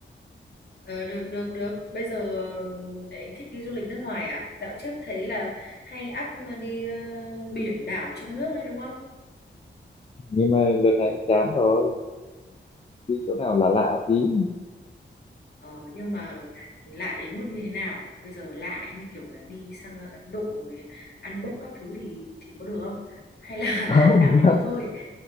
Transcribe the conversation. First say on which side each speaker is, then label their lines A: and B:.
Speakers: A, on the left; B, on the left.
A: ờ, được được được. Bây giờ đấy thích đi du lịch nước ngoài à? Dạo trước thấy là hay up đi ờ, biển đảo trong nước đấy đúng không?
B: nhưng mà đợt này chán rồi, đi chỗ nào lạ lạ tí.
A: Ờ, nhưng mà lạ đến mức như thế nào? Bây giờ lạ như kiểu là đi sang Ấn Độ rồi ăn bốc các thứ thì thì có được không? Hay là
B: Không,
A: <laughs> lạ
B: <laughs>
A: vừa thôi?